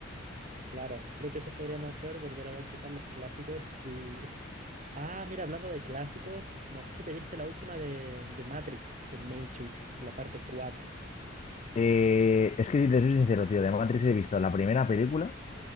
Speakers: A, on the right; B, on the left.
A: Claro, creo que eso podríamos hacer, volver a ver quizás los clásicos y... <laughs> Ah, mira, hablando de clásicos, no sé si te viste la última de, de Matrix, de Matrix, la parte cuatro
B: Eh, es que si te soy sincero, tío, de Matrix he visto la primera película